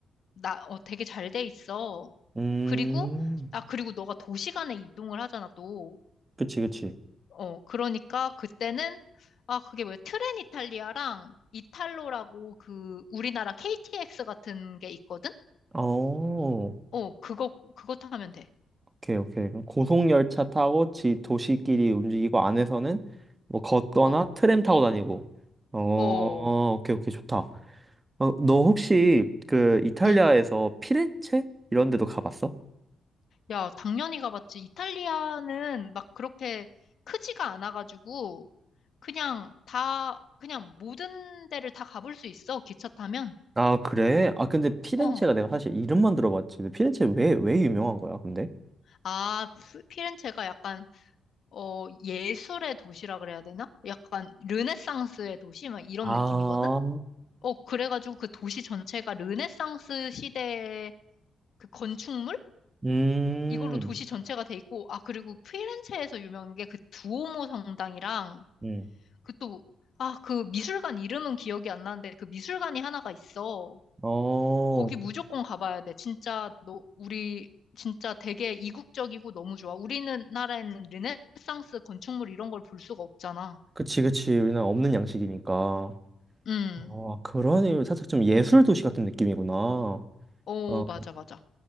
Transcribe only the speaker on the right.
음,
그치, 그치.
어, 오케이,
오케이. 그럼 고속열차 타고 지, 도시끼리 움직이고 안에서는 뭐 걷거나
트램 타고 다니고. 어,
오케이, 오케이, 좋다. 어, 너 혹시 그 이탈리아에서
피렌체 이런 데도 가봤어?
아, 그래? 아, 근데 피렌체가
내가 사실 이름만 들어봤지. 근데 피렌체 왜, 왜 유명한 거야, 근데?
아,
음,
음,
어,
그치, 그치. 우리는 없는 양식이니까.
어, 그러니 살짝 좀 예술 도시 같은 느낌이구나.
어,